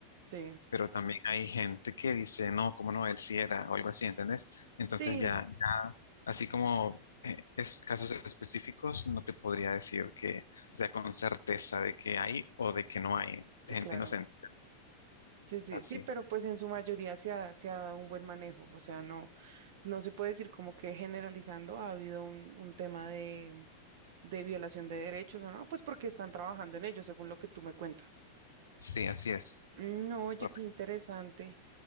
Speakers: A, on the right; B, on the left.
A: sí.
B: pero también hay gente que dice, no, cómo no, él sí era, o algo así, ¿entendés? Entonces
A: Sí,
B: ya, ya, así como eh, es casos específicos, no te podría decir que, o sea, con certeza de que hay o de que no hay
A: sí,
B: gente
A: claro.
B: inocente.
A: Sí, sí,
B: Así,
A: sí, pero pues en su mayoría se ha, se ha dado un buen manejo, o sea, no, no se puede decir como que generalizando ha habido un, un tema de, de violación de derechos o no, pues porque están trabajando en ello, según lo que tú me cuentas.
B: sí, así es.
A: No, oye,
B: Correcto.
A: qué interesante.